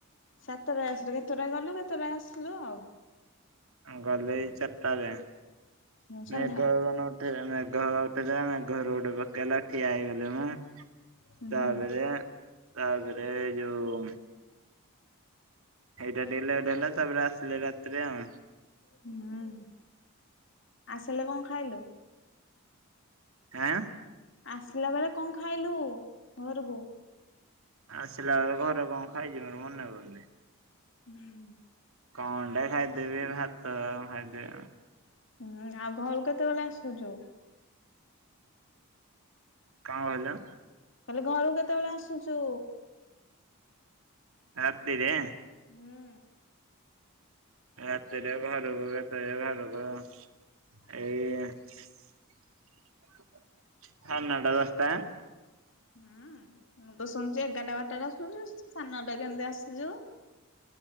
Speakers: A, on the left; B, on the right.
A: ସାତଟା ଆସିଲୁ। କେତେଟା ଗଲୁ କେତେଟା ଆସିଲୁ ଆଉ।
B: ଗଲି ଏଇ ଚାରଟାରେ। ମେଘ
A: ହୁଁ ସନ୍ଧ୍ୟା
B: ଉ ନ ଠେଇଥିଲା, ମେଘ ଉଠେଇଥିଲା, ମେଘ ରୋଡରେ ପକେଇଲା ଠିଆ ହେଇଗଲି ମୁଁ।
A: ହୁଁ
B: ତାପରେ ତାପରେ ଯୋଉ ଏଇଟା ଡେ ଲେଟ୍ ହେଲା ତାପରେ ଆସିଲେ ରାତିରେ ଆଉ।
A: ହୁଁ ଆସିଲେ କଣ ଖାଇଲୁ?
B: ଆଁ
A: ଆସିଲା ବେଳେ କଣ ଖାଇଲୁ? ଘରକୁ
B: ଆସିଲା ବେଳେ ଘରେ କଣ ଖାଇଛି ମୋର ମନେପଡୁନି।
A: ହୁଁ।
B: କ ଅଣ୍ଡା ଖାଇଦେବି ଭାତ ଖାଇଦେ
A: ହୁଁ ଆଉ ଘରକୁ କେତେବେଳେ ଆସୁଛୁ?
B: କାଁ ବୋଇଲ?
A: କହିଲେ ଘରକୁ କେତେବେଳେ ଆସୁଛୁ?
B: ରାତିରେ
A: ହୁଁ
B: ରାତିରେ ଘରକୁ କେତରେ ଘରକୁ ଏଇ ସାଢ଼େ ନଅଟା ଦଶଟା
A: ହୁଁ ମୁଁ ତ ଶୁଣୁଛି ଏଗାରଟା ବାରଟାରେ ଆସୁଛୁ ସାଢେ ନଅଟା କେମିତି ଆସିଯୁ?